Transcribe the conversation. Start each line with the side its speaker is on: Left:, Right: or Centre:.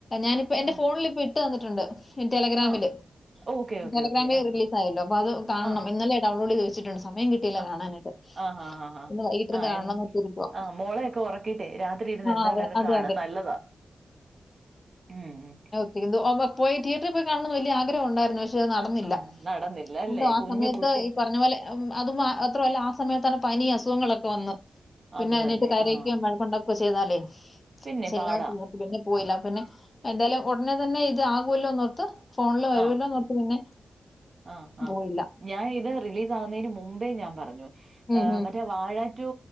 Left: ഞാനിപ്പോ എന്റെ
Right: ആ
Left: ഫോണിലിപ്പ ഇട്ട് തന്നിട്ടുണ്ട് ടെലഗ്രാമില്
Right: ആ ഓക്കെ ഓക്കെ
Left: ടെലഗ്രാമില്
Right: ഓക്കെ ആ
Left: റിലീസ് ആയല്ലോ അപ്പൊ അത് കാണണം
Right: ആ ആ
Left: ഇന്നലെയാ ഡൗൺലോഡ് ചെയ്ത് വെച്ചിട്ടുണ്ട് സമയം കിട്ടില്ല
Right: ആ
Left: കാണാനായിട്ട്
Right: ആ ആ ആ
Left: ഇന്ന് വൈകിട്ടിരിന്ന്
Right: ആ
Left: കാണണംന്ന്
Right: എൻ
Left: ഓർത്തിരിക്കുവാ
Right: ആ മോളെയൊക്കെ ഉറക്കിയിട്ടെ രാത്രി ഇരുന്ന്
Left: ആ
Right: എന്താണേ
Left: അതെ
Right: ര്ന്ന്
Left: അതെ
Right: കാണാൻ
Left: അതെ
Right: നല്ലതാ ഉം ഉം
Left: <unintelligible> ഒമ പോയി തിയറ്ററിൽ പോയി കാണണംന്ന് വലിയ ആഗ്രഹ ഉണ്ടായിരുന്നു. പഷ് ഷെ അത് നടന്നില്ല.
Right: ആഹ് നടന്നില്ല അല്ലേ
Left: എന്തോ ആ
Right: കുഞ്ഞു
Left: സമയത്ത്
Right: കുട്ടി
Left: ഈ പറഞ്ഞ പോലെ അതുമാത്രവല്ല ആ സമയത്താണ് പനി അസുഖങ്ങളൊക്കെ വന്ന് പിന്നെ
Right: അത്
Left: അതിനെയിട്ട്
Right: തന്നെ
Left: കരയിക്കാൻ
Right: ആഹ്
Left: വയ ത്തോണ്ടാ ക്കചെയ്താലേ
Right: പിന്നെ
Left: ശരിയാവത്തില്ലോർ
Right: പാടാം
Left: പിന്നെ പോയില്ല പിന്നെ എന്തായാലും ഉടനെ തന്നെ ഇത് ആകൂല്ലോന്നോർത്ത് ഫോണിൽ വരൂല്ലോന്നോർ
Right: ആഹ്
Left: ത്ത് പിന്നെ
Right: ആഹ് ആഹ്
Left: പോയില്ല
Right: ഞാൻ ഇത് റിലീസ് ആവുന്നേന് മുമ്പേ ഞാൻ പറഞ്ഞു
Left: ഉം
Right: ഏഹ്
Left: ഉം
Right: മറ്റേ വാഴ ടു